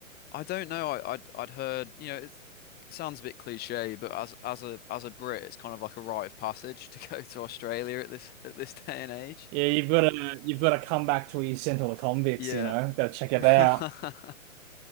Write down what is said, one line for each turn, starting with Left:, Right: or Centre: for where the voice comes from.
Left: I don't know. I I'd, I'd heard you know. It's, it sounds a bit cliche, but as as a as a Brit, it's kind of like a rite of passage <laughs> to go to Australia at this at this day and age.
Right: Yeah, you've got to you've got to come back to where you sent all the convicts,
Left: Yeah.
Right: you know. Go check it
Left: <laughs>
Right: out.